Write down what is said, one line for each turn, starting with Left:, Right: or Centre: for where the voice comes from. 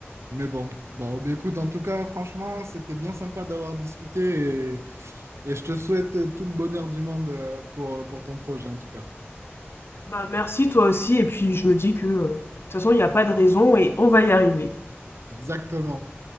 Right: mais bon. Bon, bah, écoute, en tout cas, franchement, c'était bien sympa d'avoir discuté et, et je te souhaite tout le bonheur du monde euh, pour, pour ton projet, en tout cas.
Left: Bah merci toi aussi et puis je me dis que euh, de toute façon il n'y a pas de raison et on va y arriver.
Right: Exactement.